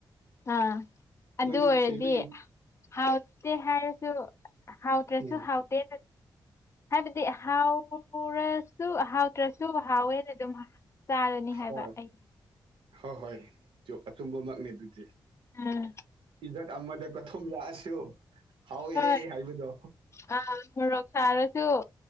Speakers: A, on the left; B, on the right.
A: ꯑꯥ
B: ꯅꯣꯏꯗꯤ
A: ꯑꯗꯨ ꯑꯣꯏꯔꯗꯤ
B: ꯐꯦꯃꯤꯂꯤ
A: ꯍꯥꯎꯇꯦ ꯍꯥꯏꯔꯁꯨ ꯍꯥꯎꯗ꯭ꯔꯁꯨ
B: ꯎꯝ
A: ꯍꯥꯎꯇꯦ ꯍꯥꯏꯕꯗꯤ ꯍꯥꯎꯔ ꯁꯨ ꯍꯥꯎꯇ꯭ꯔꯁꯨ ꯍꯥꯎꯋꯦꯅ ꯑꯗꯨꯝ ꯆꯥꯔꯅꯤ ꯍꯥꯏꯕ
B: ꯍꯣꯏ
A: ꯑꯩ
B: ꯍꯣꯏꯍꯣꯏ ꯑꯆꯨꯝꯕꯃꯛꯅꯤ ꯑꯗꯨꯗꯤ
A: ꯎꯝ
B: ꯏꯖꯠ ꯑꯃꯗ ꯀꯊꯨꯝ ꯂꯥꯛꯑꯁꯣ ꯍꯥꯎꯍꯦ
A: ꯍꯣꯏ
B: ꯍꯥꯏꯕꯗꯣ
A: <unintelligible> ꯁꯥꯔꯁꯨ